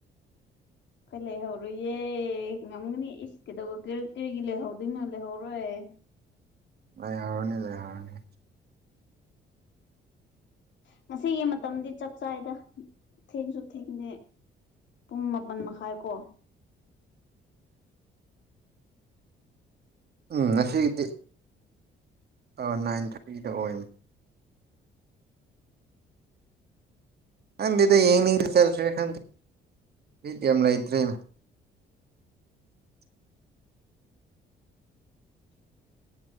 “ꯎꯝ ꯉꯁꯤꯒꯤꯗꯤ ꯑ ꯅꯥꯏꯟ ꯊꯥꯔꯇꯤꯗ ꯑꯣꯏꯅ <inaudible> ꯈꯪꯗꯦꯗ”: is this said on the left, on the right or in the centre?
Right